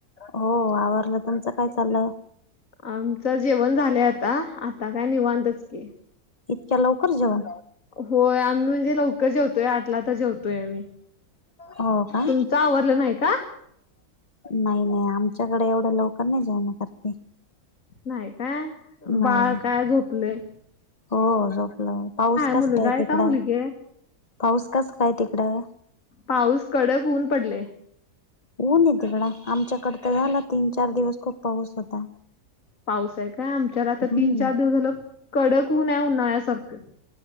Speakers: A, on the left; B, on the left.
A: हो आवरवरलं तुमच काय चाललं
B: आमचं जेवण झालंय आता आता काय निवांतच की
A: इतक्या लवकर जेवण
B: होय आम्ही म्हणजे लवकर जेवतोय आठला तर जेवतोय आम्ही
A: हो का
B: तुमच आवरलं नाही का
A: नाही नाही आमच्याकडे एवढे लवकर नाही जेवणा करते
B: नाही काय
A: नाही
B: बाळ काय झोपलेय
A: हो झोपलं पाऊस कस
B: मुलगा
A: कायय
B: आहे
A: तिकड
B: का मुलगी आहे
A: पाऊस कस काय तिकडं
B: पाऊस कडक होऊन पडले
A: होऊन तिकड आमच्याकड तर झाला तीन चार दिवस खूप पाऊस होता
B: पाऊस आहे काय आमच्याला आता
A: हम्म
B: तीन चार दिवस झालं कडक होनय उन्हाळ्यासारखं